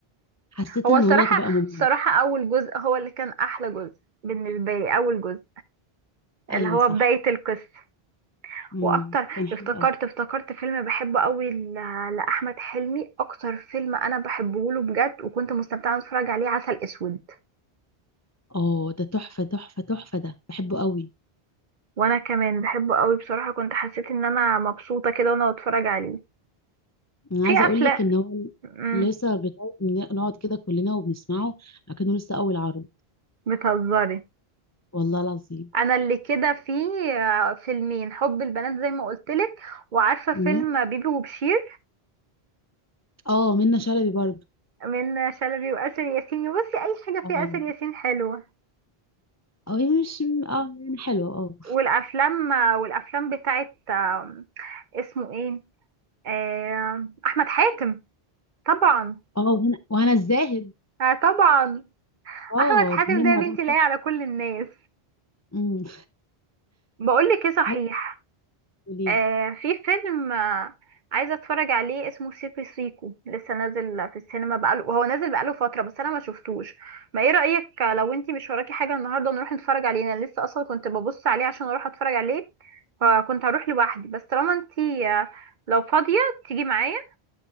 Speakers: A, on the left; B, on the right.
A: حسيت
B: هو
A: ان
B: الصراحة
A: هو بقى ممل
B: الصراحة اول جزء هو اللي كان احلى جزء بالنسبة لي اول جزء
A: ايوه
B: اللي هو
A: صح
B: بداية القصة
A: مم.
B: واكتر
A: كان حلو
B: افتكرت
A: قوي
B: افتكرت فيلم بحبه قوي ل- لاحمد حلمي اكتر فيلم انا بحبه له بجد وكنت مستمتعه وانا بتفرج عليه عسل اسود
A: اه ده تحفه تحفه تحفه ده بحبه قوي
B: وانا كمان بحبه قوي بصراحه كنت حسيت ان انا مبسوطه كده وانا بتفرج عليه
A: انا
B: في
A: عايزه
B: افلام
A: اقول لك ان هو
B: امم
A: لسه بتاعي نقعد كده كلنا وبنسمعه اكنه لسه اول عرض
B: بتهزري
A: والله العظيم
B: انا اللي كده في آه، فيلمين حب البنات زي ما قلت لك وعارفه
A: مم.
B: فيلم بيبي وبشير
A: اه منة شلبي برضه
B: من شلبي واسر ياسين بصي اي حاجه
A: اه
B: فيها اسر ياسين حلوه
A: اه يعني مش اه يعني حلوة اه
B: والافلام والافلام بتاعت آم، اسمه ايه آه، احمد حاتم طبعا
A: اه وهنا وهنا الزاهد
B: آه، طبعا
A: اه
B: احمد حاتم
A: اتنين
B: ده يا
A: مع
B: بنتي
A: بعض
B: لاقي
A: صح
B: على كل الناس
A: امم
B: بقول لك ايه صحيح
A: حلو قوليلي
B: آه في فيلم آه عايزة اتفرج عليه اسمه سيكو سيكو لسه نازل في السينما بقاله هو نازل بقاله فترة بس انا ما شفتوش ما ايه رأيك لو انتي مش وراكي حاجة النهاردة نروح نتفرج عليه انا لسه اصلا كنت ببص عليه عشان اروح اتفرج عليه فكنت هروح لوحدي بس طالما انتي آه، لو فاضية تيجي معايا